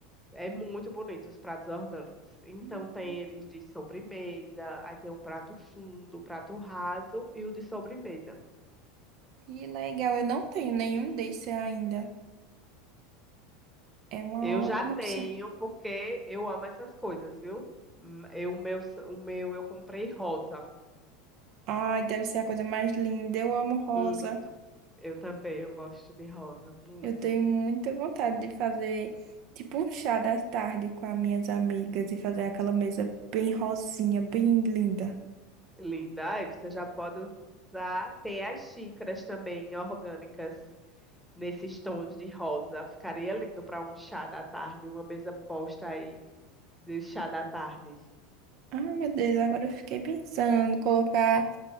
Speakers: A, in the centre; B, on the right.
A: É muito bonito os pratos orgânicos. Então
B: Hum,
A: tem eles de sobremesa, aí tem o prato fundo, o prato raso e o de sobremesa.
B: Que legal, eu não tenho nenhum desse ainda. É uma
A: Eu
B: ótima
A: já tenho
B: opção.
A: porque eu amo essas coisas, viu? Hum, Eu, o meu, o meu eu comprei rosa.
B: Ai, deve ser a coisa mais linda. Eu amo rosa.
A: Lindo. Eu também, eu gosto de rosa, muito
B: Eu tenho muita vontade de fazer tipo um chá da tarde com as minhas amigas e fazer aquela mesa bem rosinha, bem linda.
A: linda. Aí você já pode usar, tem as xícaras também orgânicas nesses tons de rosa. Ficaria lindo para um chá da tarde, uma mesa posta aí de chá da tarde.
B: Ai, meu Deus, agora eu fiquei pensando, colocar.